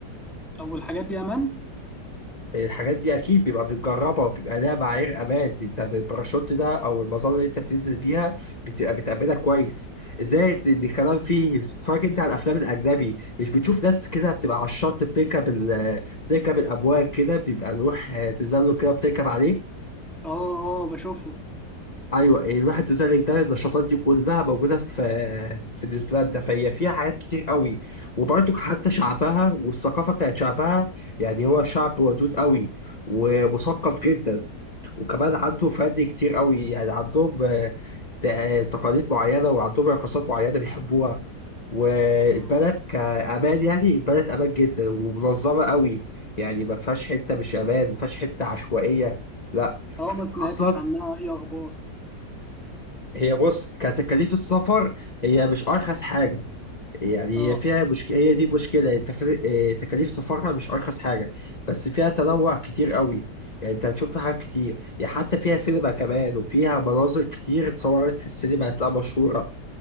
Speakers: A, in the centre; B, on the left.
A: طب والحاجات دي امان
B: الحاجات دي اكيد بيبقى بتجربها وبيبقى لها معايير امان انت في الباراشوت ده او المظله اللي انت بتنزل بيها بتبقى بتأمنها كويس زائد ان الكلام فيه فاكر انت على الافلام الاجنبي مش بتشوف ناس كده بتبقى على الشط بتركب ال... بتركب الامواج كده بيبقى لوح آه، تزلج كده بتركب عليه
A: اه اه بشوفهم
B: ايوه اللوح التزلج ده النشاطات دي كلها موجوده في آه، في نيوزيلندا فهي فيها حاجات كتير قوي وبرضك حتى شعبها والثقافه بتاعت شعبها يعني هو شعب ودود قوي ومثقف جدا وكمان عنده فن كتير قوي يعني عندهم آه، ت- آه، تقاليد معينة وعندهم رقصات معينة بيحبوها والبلد
A: اه
B: كأمان يعني البلد أمان جدا ومنظمة قوي يعني ما فيهاش حتة مش أمان ما فيهاش حتة عشوائية لا
A: اه ما سمعتش
B: أصلا
A: عنها اي اخبار
B: هي بص كتكاليف السفر هي مش أرخص حاجة يعني
A: اه
B: هي فيها مشك... هي دي مشكلة التف... آه، تكاليف سفرها مش أرخص حاجة بس فيها تنوع كتير قوي يعني أنت هتشوف فيها حاجات كتير يعني حتى فيها سينما كمان وفيها مناظر كتير اتصورت في السينما هتلاقيها مشهورة